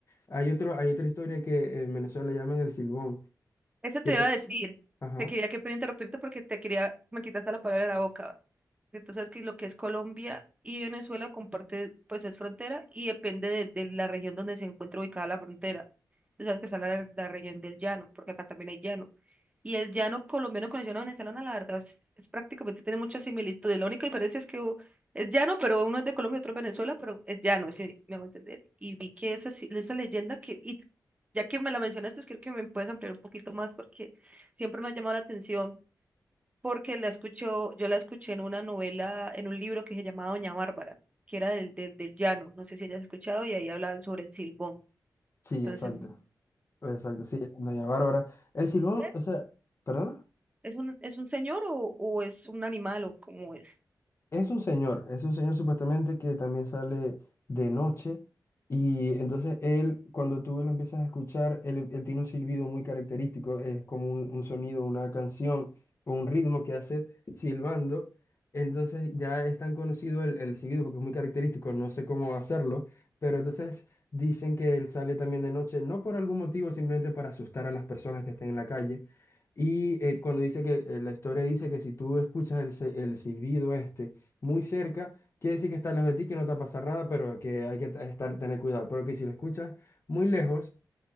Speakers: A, on the left; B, on the right.
A: hay otro, hay otra historia que en Venezuela llaman el silbón.
B: Eso te
A: que ta-
B: iba a decir.
A: Ajá.
B: Te quería que pena interrumpirte porque te quería, me quitaste la palabra de la boca. Entonces, que lo que es Colombia y Venezuela comparte, pues es frontera y depende de, de la región donde se encuentra ubicada la frontera. Tú sabes que está la, la región del llano, porque acá también hay llano. Y el llano colombiano con el llano venezolano, la verdad, es, es prácticamente tiene muchas similitudes. La única diferencia es que u- es llano, pero uno es de Colombia y otro es Venezuela, pero es llano, si me hago entender. Y vi que esa, si- esa leyenda que, y ya que me la mencionaste, creo que me puedes ampliar un poquito más porque siempre me ha llamado la atención, porque la escucho, yo la escuché en una novela, en un libro que se llamaba Doña Bárbara, que era del, del, del llano, no sé si hayas escuchado, y ahí hablaban sobre el silbón.
A: Sí,
B: Entonces,
A: exacto. Exacto, sí, doña Bárbara. El silbón,
B: ese-
A: o sea, ¿perdona?
B: ¿es un, es un señor o, o es un animal o cómo es?
A: Es un señor, es un señor supuestamente que también sale de noche y entonces él, cuando tú lo empiezas a escuchar, él, él tiene un silbido muy característico, es como un, un sonido, una canción o un ritmo que hace silbando. Entonces ya es tan conocido el, el silbido porque es muy característico, no sé cómo hacerlo, pero entonces dicen que él sale también de noche, no por algún motivo, simplemente para asustar a las personas que estén en la calle. Y eh, cuando dice que eh, la historia dice que si tú escuchas el, se- el silbido este, muy cerca, quiere decir que está lejos de ti, que no te va a pasar nada, pero que hay que t- estar, tener cuidado. Pero que si lo escuchas muy lejos,